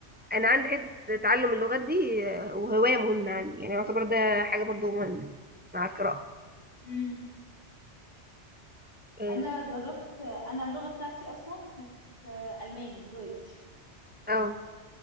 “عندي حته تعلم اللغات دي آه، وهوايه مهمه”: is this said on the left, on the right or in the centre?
Right